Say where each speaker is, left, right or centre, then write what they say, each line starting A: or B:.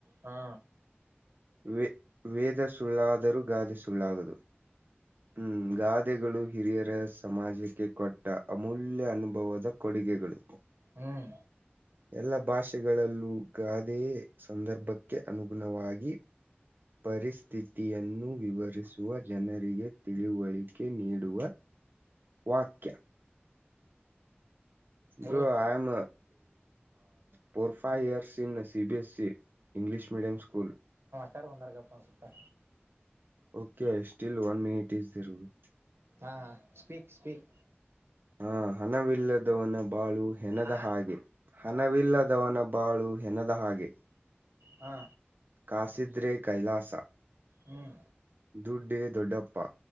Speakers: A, on the right; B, on the right.
A: ಹಾ
B: ವೆ ವೇದ ಸುಳ್ಳಾದರೂ ಗಾದೆ ಸುಳ್ಳಾಗದು ಹ್ಮ್ ಗಾದೆಗಳು ಹಿರಿಯರ ಸಮಾಜಕ್ಕೆ ಕೊಟ್ ಟ ಅಮೂಲ್ಯ ಅನುಭವದ ಕೊಡುಗೆಗಳು
A: ಹ್ಮ್
B: ಎಲ್ಲ ಭಾಷೆಗಳಲ್ಲೂ ಗಾದೆಯೆ ಸಂದರ್ಭಕ್ಕೆ ಅನುಗುಣವಾಗಿ ಪರಿಸ್ಥಿತಿಯನ್ನು ವಿವರಿಸುವ ಜನರಿಗೆ ತಿಳುವಳಿಕೆ ನೀಡುವ. ವಾಕ್ಯ
A: hello
B: bro um four five years in C B S C English medium school
A: ತರ್ ಒನರ್ಗಪ್ಪ ಅನ್ಸುತ್ತೆ
B: okay I still one minute is <unintelligible>
A: ಹಾ ಹಾ ಸ್ಪೀಕ್ ಸ್ಪೀಕ್
B: ಆ ಹಣವಿಲ್ಲದವನ ಬಾಳು ಹೆಣದ
A: ಆ
B: ಹಾಗೆ ಹಣವಿಲ್ಲದವನ ಬಾಳು ಹೆನದ ಹಾಗೆ
A: ಹಾ
B: ಕಾಸಿದ್ರೆ ಕೈಲಾಸ
A: ಹ್ಮ್
B: ದುಡ್ಡೇ ದೊಡ್ಡಪ್ಪ